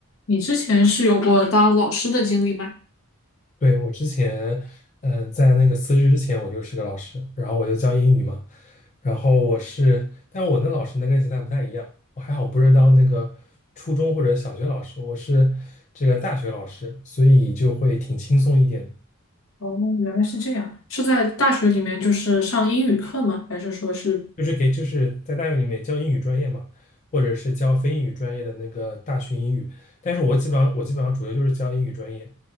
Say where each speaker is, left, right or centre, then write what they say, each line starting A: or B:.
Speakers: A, on the left; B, on the left.
A: 你之前是有过当老师的经历吗？
B: 对，我之前，嗯，在那个辞职之前，我就是个老师，然后我就教英语嘛。然后我是，但我那老师呢跟现在不太一样，我还好不是当那个初中或者小学老师，我是这个大学老师，所以就会挺轻松一点的。
A: 哦，原来是这样，是在大学里面就是上英语课吗？还是说是？
B: 就是给就是在大学里面教英语专业嘛，或者是教非英语专业的那个大学英语，但是我基本上我基本上主要就是教英语专业，